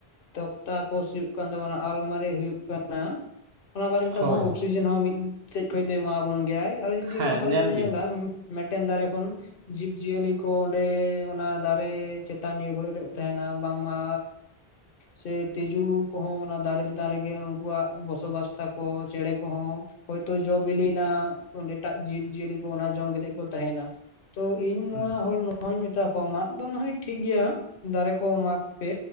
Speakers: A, on the left; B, on the right.
A: ᱛᱚᱠᱛᱟᱯᱚᱥ ᱦᱩᱭᱩᱜ ᱠᱟᱱ ᱛᱟᱵᱚᱱᱟ ᱟᱞᱢᱟᱨᱤ ᱦᱩᱭᱩᱜ ᱠᱟ ᱱᱟ ᱚᱱᱟ ᱵᱟᱫ ᱠᱟᱛᱮ
B: ᱦᱳᱭ
A: ᱟᱵᱚ
B: ᱦᱳᱭ
A: ᱚᱠᱥᱤᱡᱮᱱ ᱦᱚᱸ ᱢᱤᱫ ᱥᱮᱫ ᱠᱷᱚᱱ ᱫᱚᱭ ᱮᱢᱟᱵᱚᱱ ᱜᱮᱭᱟᱭ᱾ ᱟᱨᱚ ᱡᱩᱫᱤ
B: ᱦᱮᱸ
A: ᱚᱱᱟ ᱵᱟᱨ ᱛᱮᱵᱚᱱ
B: ᱧᱮᱞ
A: ᱧᱮᱞᱟ
B: ᱵᱤᱱ
A: ᱢᱤᱫᱴᱮᱱ ᱫᱟᱨᱮ ᱠᱷᱚᱱ ᱡᱤᱵᱽᱼᱡᱤᱭᱟᱹᱞᱤ ᱠᱚ ᱚᱸᱰᱮ ᱚᱱᱟ ᱫᱟᱨᱮ ᱪᱮᱛᱟᱱ ᱱᱤᱨᱵᱷᱚᱨ ᱠᱟᱛᱮ ᱠᱚ ᱛᱟᱦᱮᱸᱱᱟ ᱵᱟᱝᱢᱟ ᱥᱮ ᱛᱤᱡᱩ ᱠᱚᱦᱚᱸ ᱚᱱᱟ ᱫᱟᱨᱮ ᱪᱮᱛᱟᱱ ᱨᱮᱜᱮ ᱩᱱᱠᱩᱣᱟᱜ ᱵᱚᱥᱚᱵᱟᱥ ᱛᱟᱠᱚ ᱪᱮᱬᱮ ᱠᱚᱦᱚᱸ ᱦᱳᱭᱛᱳ ᱡᱚ ᱵᱤᱞᱤᱭᱱᱟ ᱚᱸᱰᱮ ᱮᱴᱟᱜ ᱡᱤᱵᱽᱡᱤᱭᱟᱹᱞᱤ ᱠᱚ ᱚᱱᱟ ᱡᱚᱢ ᱠᱟᱛᱮᱜ ᱠᱚ ᱛᱟᱦᱮᱸᱱᱟ᱾ ᱛᱚ ᱤᱧ ᱱᱚᱶᱟ
B: ᱦᱩᱸ
A: ᱦᱚᱲ ᱱᱚᱣᱟᱧ ᱢᱮᱛᱟ ᱠᱚᱣᱟ ᱢᱟᱜᱽ ᱫᱚ ᱱᱟᱦᱚᱭ ᱴᱷᱤᱠᱜᱮᱭᱟ ᱫᱟᱨᱮ ᱠᱚ ᱢᱟᱜ ᱯᱮ